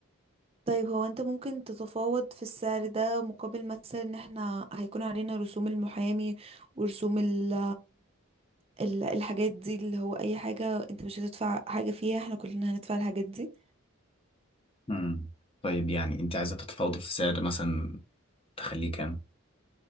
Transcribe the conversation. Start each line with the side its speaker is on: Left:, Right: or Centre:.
Right: طيب هو انت ممكن تتفاوض في السعر ده مقابل مثلا ان احنا هيكون علينا رسوم المحامي ورسوم ال ال- الحاجات دي اللي هو اي حاجة انت مش هتدفع حاجة فيها احنا كلنا هندفع الحاجات دي
Left: مم. طيب يعني انت عايزة تتفاوضي في السعر مثلا تخليه كام؟